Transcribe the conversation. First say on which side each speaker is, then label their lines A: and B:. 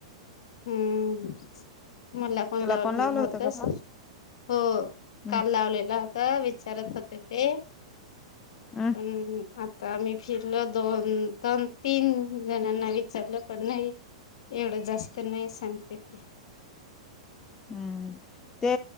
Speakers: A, on the left; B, on the left.
A: हूं! मला पण
B: तुला
A: लावलेलं
B: लावलं
A: होतं,
B: का
A: हो
B: हम्
A: काल लावलेला होता वि चारत होते ते.
B: हम्
A: पण आता मी फिरलं दोन, दोन, तीन, जणांना विचारलं पण नाही एवढं जास्त नाही सांगते ते.
B: हूं ते